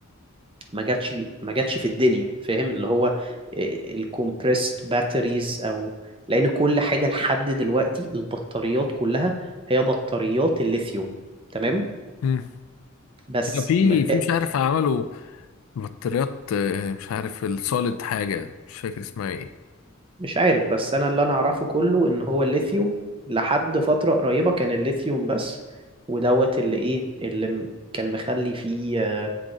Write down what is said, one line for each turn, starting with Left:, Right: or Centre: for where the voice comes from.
Right: ما جاتش ما جاتش في الدنيا فاهم اللي هو الكومبريست باتريز او لان كل حاجه لحد دلوقتي البطاريات كلها هي بطاريات الليثيوم تمام
Left: مم.
Right: بس
Left: لا، في
Right: م-
Left: في
Right: آه،
Left: مش عارف عملوا بطاريات آه، مش عارف السوليد حاجه مش فاكر اسمها ايه
Right: مش عارف بس انا اللي انا اعرفه كله ان هو الليثيوم لحد فتره قريبه كان الليثيوم بس ودوت اللي ايه اللي م- كان مخلي فيه آه،